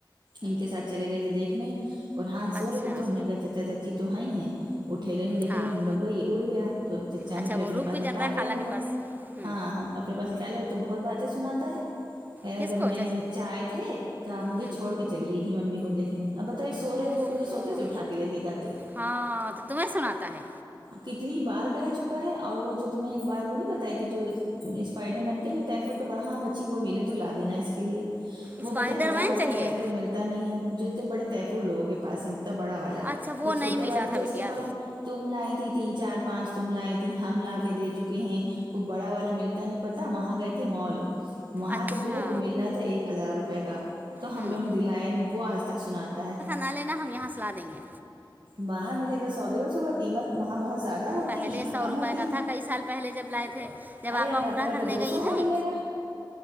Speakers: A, on the right; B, on the right.
A: ان کے ساتھ چلے گئے تھے دیکھنے اور ہاں سو
B: اچھا
A: رہے تھے تو ہم نے کہ چچا چاچی تو ہ ہی ہے اٹھ گئے نہیں دیک
B: ہاں
A: رہے ہو ہم لوگ گئی اڑ گیا تو چچا نے
B: اچھا
A: پھر
B: وہ
A: اپنے
B: رک
A: پاس
B: بھی
A: لٹال
B: جاتا ہے
A: لیا
B: خالہ
A: ہوگا
B: کے پاس ہوں
A: ہاں ہم اپنے پاس رکھا لیے تو بہت باتیں سناتا ہے ا
B: کس
A: جب
B: کو
A: میں
B: چچ
A: چچا آئے تھے تو آپ مجھے
B: ہوں
A: چھوڑ کے چلی گئی تھی ممی کو دیکھنے اب بتائیے سو
B: او
A: رہے تو ان کو
B: ہو
A: سوتے سے اٹھا کے لے کے جاتے
B: ہاں تو تمہیں سناتا ہے
A: کتنی بار کہہ چکا ہے اور وہ جو تمہیں ایک بار وہ نہیں بتائی تھی جو اسپائڈر مین کے جو طیفور کے بڑھا بچی وہ ملے تو لا دینا ہے اس کے لیے وہ
B: اسپائڈر
A: بتیں بڑا
B: مین
A: والا
B: چاہیے
A: کیریکٹر ملتا نہیں ہے جتنے بڑے تحفور لوگوں کے پاس ہیں بڑا والا
B: اچھا
A: وہ چھوٹے
B: نہیں ملا
A: والے
B: تھا
A: تو اس
B: بیٹیا
A: کے پاس تم لائیں تھی تین چار پانچ تم لائے تھی ہم لا کے دے چوکے ہیں وہ بڑا والا ملتا نہیں پتا وہاں گئے تھے مال وہاں
B: اچھا
A: پہ جو ہے وہ مل رہا تھا ایک ہزار روپئے کا تو
B: ہوں
A: ہمیں انہیں دلایا نہیں وہ آج تک سناتا ہے
B: لالینا ہم یہاں سلا دیں گے
A: باہر ملے گا سو دیڑھ سو کا قیمت وہاں بہت زیادہ ہوتی
B: پہلے
A: ہے یہاں
B: سو
A: کم
B: روپے
A: ہوتی
B: کا
A: ہے
B: تھا کئی سال پہلے جب لائے تھے جب
A: ارے
B: آپا
A: اب زیادہ
B: عمرہ
A: سے زیادہ
B: کرنے
A: دو
B: گئی
A: سو کا
B: ہیں
A: ملے گا